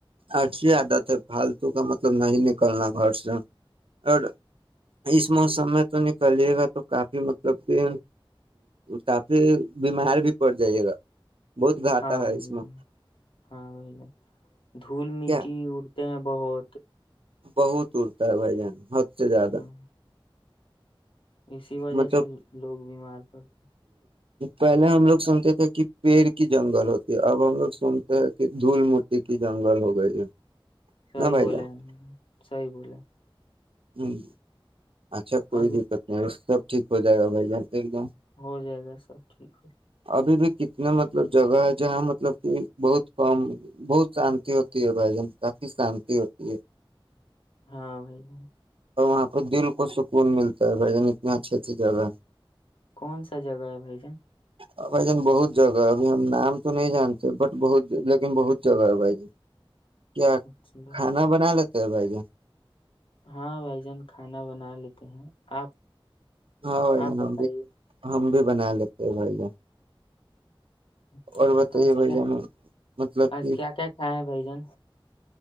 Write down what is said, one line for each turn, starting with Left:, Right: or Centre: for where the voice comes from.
Right: اچھی عادت ہے پالتو کا مطلب نہیں نکلنا گھر سے اور اس موسم میں تو نکلیے گا تو کافی مطلب کہ کافی بیمار بھی پڑ جائیے گا بہت گھٹا
Left: ہاں
Right: ہے اس
Left: بھائی
Right: میں
Left: جان، ہاں بھائی دھول مٹی
Right: کیا
Left: اور ہیں بہت
Right: بہت اڑتا ہے بائی جان سب سے زیادہ
Left: ہاں اسی وجہ
Right: مطلب
Left: سے لوگ بیمار پڑتے
Right: پہلے ہم لوگ سنتے تھے کہ پیڑ کی جنگل ہوتی ہے اب ہم لوگ سنتے ہیں کہ دھول مٹی کی جنگل ہو گئی ہے
Left: سی
Right: نہ بھائی
Left: بے
Right: جان
Left: سی بولے
Right: ہوں اچھا کوئی
Left: ابھی
Right: دقت نہیں اس سب ٹھیک ہو جائے گا بائی جان ایک دم
Left: ہو جائے گا سب ٹھیک ہو
Right: ابھی بھی کتنے مطلب جگہ ہے جہاں مطلب کہ بہت کم بہت شانتی ہوتی ہے بھائی جان کافی شانتی ہوتی ہے
Left: ہاں بھائی بائی
Right: اور وہاں پ دل س کو سکون ملتا ہے بھائی جان اتنے اچھی اچھی جگہ ہے
Left: کون سا جگہ ہے بھائی جان
Right: ا بھائی جان بہت جگہ ہے ابھی ہم نام تو نہیں جانتے بٹ بہت لیکن بہت جگہ ہے بھائی ج کیا
Left: اچھا،
Right: کھانا بنا لیتے س بھائی ج
Left: ہاں بھائی جان کھانا بنا لیتے ہیں آپ
Right: ہاں ج
Left: آپ بتائیے
Right: ہم بھی ہم بھی بنا لیتے بھائی ج
Left: اچھا
Right: اور بتائیے
Left: آج
Right: بھائی
Left: کیا
Right: جان مطلب
Left: آج
Right: کہ
Left: کیا کیا کھائے ہیں بھائی جان